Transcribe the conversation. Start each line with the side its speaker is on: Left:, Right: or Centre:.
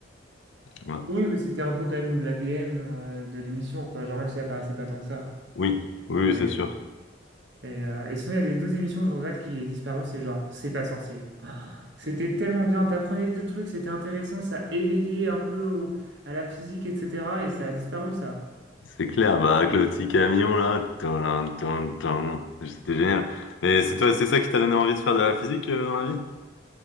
Left: Ouais.
Right: Oui, mais c'était un peu quand même l'ADN euh, de l'émission, quoi. Genre, même si elle apparaissait pas tant que ça.
Left: Oui, oui,
Right: Un peu
Left: oui,
Right: ADN.
Left: c'est sûr.
Right: Et, euh, et sinon, il y a des deux émissions que je regrette qui est disparu, c'est genre C'est pas sorcier. C'était tellement bien, t'apprenais des trucs, c'était intéressant, ça éveillait un peu au- à la physique, etc. Et ça a disparu, ça.
Left: C'est clair, bah, avec le petit camion, là. Tin, tin, tin. C'était génial. Et c'est toi, c'est ça qui t'a donné envie de faire de la physique, euh, dans la vie?